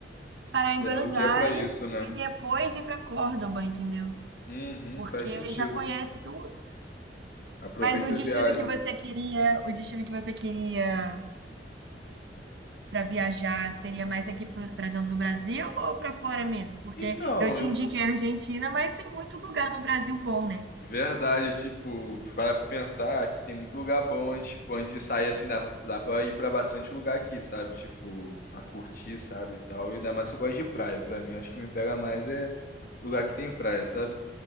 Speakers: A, on the right (about 80°); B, on the left (about 55°).
A: parar em
B: Será
A: Buenos
B: o dia
A: Aires
B: pra isso, né?
A: e depois ir para Córdoba, entendeu?
B: Uhum,
A: porque
B: faz
A: aí
B: sentido.
A: já conhece tudo.
B: Aproveita
A: Mas o destino
B: a viagem.
A: que você queria, o destino que você queria para viajar seria mais aqui para dentro do Brasil ou para fora mesmo? Porque
B: Então,
A: eu te
B: eu
A: indiquei a Argentina, mas tem muito lugar no Brasil bom, né?
B: Verdade, tipo, para pensar que tem muito lugar bom antes, tipo, antes de sair assim, dá pra, dá pra ir pra bastante lugar aqui, sabe? Tipo, pra curtir, sabe, e tal. E ainda mais que eu gosto de praia. Pra mim, acho que me pega mais é lugar que tem praia, sabe?